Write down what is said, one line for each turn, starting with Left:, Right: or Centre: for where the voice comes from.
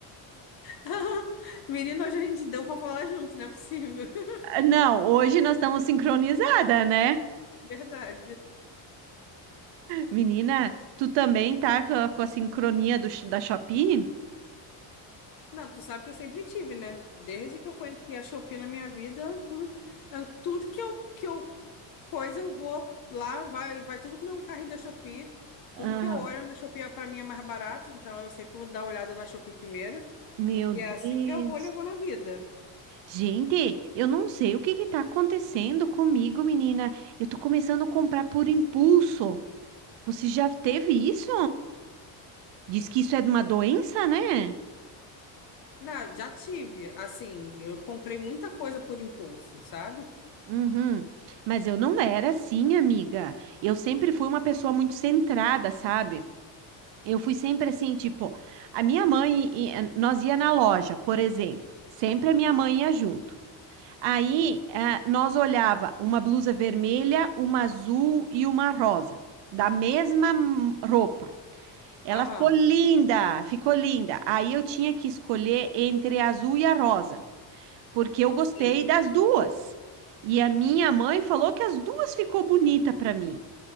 Left: <laughs> Menino, hoje a gente deu pra falar junto, não é possível. <laughs>
Right: Não, hoje nós estamos sincronizada, né?
Left: Verdade.
Right: Menina, tu também tá com a, com a sincronia do sh- da Shopee?
Left: Não, tu sabe que eu sempre tive, né? Desde que eu conheci a Shopee na minha vida, hum, eu- tudo que eu, que eu coisa, eu vou lá, vai, vai tudo pro meu carrinho da Shopee. Tudo
Right: Aham.
Left: que eu olho na Shopee, é, pra mim, é mais barato, então eu sempre vou dar uma olhada na Shopee primeiro.
Right: Meu
Left: E
Right: Deus.
Left: é assim que eu vou levando a vida.
Right: Gente, eu não sei o que que tá acontecendo comigo, menina. Eu tô começando a comprar por impulso. Você já teve isso? Diz que isso é uma doença, né?
Left: Não, já tive, assim, eu comprei muita coisa por impulso, sabe?
Right: Uhum. Mas eu não era assim, amiga. Eu sempre fui uma pessoa muito centrada, sabe? Eu fui sempre assim, tipo, a minha mãe, e- e- nós ia na loja, por exemplo. Sempre a minha mãe ia junto. Aí, ah, nós olhava uma blusa vermelha, uma azul e uma rosa, da mesma hum, roupa. Ela
Left: Aham,
Right: ficou linda, ficou linda. Aí eu tinha que escolher entre a azul e a rosa porque eu gostei
Left: sim.
Right: das duas. E a minha mãe falou que as duas ficou bonita para mim.